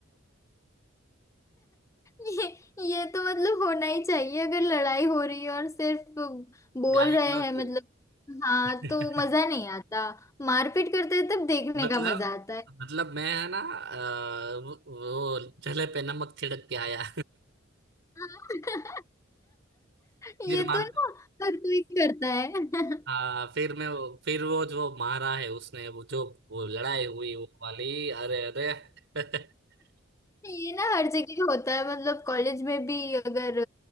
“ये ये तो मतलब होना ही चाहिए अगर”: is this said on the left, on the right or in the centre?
Left